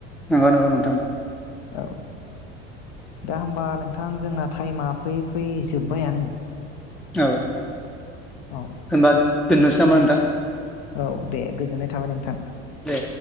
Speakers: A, in the centre; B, on the left (about 65°).
A: नंगौ नंगौ नोंथां
B: औ दा होमबा नोंथां जोंना टाइमा फैयै फैयै जोब्बायानो
A: औ
B: औ
A: होमबा दोननोसै नामा नोंथां
B: औ दे गोजोननाय थाबाय नोंथां
A: दे